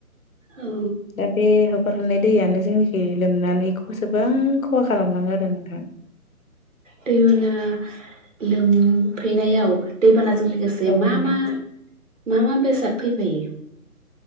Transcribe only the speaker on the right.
औ
दैबाना लोमफैनायाव दैबाना जों लोगोसे
मा मा मा मा बेसाद फैफायो?